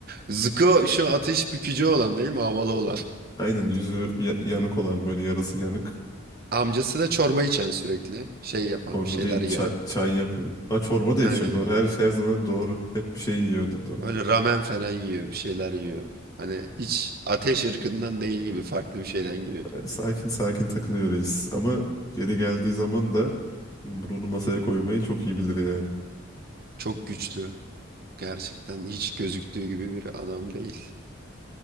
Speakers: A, on the right (about 50°); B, on the left (about 20°).
A: Zuko şu ateş bükücü olan değil mi? Havalı olan.
B: aynen yüzü ya- yanık olan böyle yarısı yanık.
A: Amcası da çorba içen sürekli. Şey yapan
B: Çorba
A: bir şeyler
B: değil
A: yiyen.
B: çay, çay yapıyor. Ha çorba da
A: Aynen.
B: içiyor doğru. Her şey her zaman doğru. Hep bir şey yiyordu doğru.
A: Öyle ramen falan yiyor bir şeyler yiyor. Hani hiç ateş ırkından değil gibi farklı bir şeyden gibi.
B: Böyle sakin sakin takılıyor reis. Ama geri geldiği zaman da yumruğunu masaya koymayı çok iyi bilir yani.
A: Çok güçlü. Gerçekten hiç gözüktüğü gibi bir adam değil.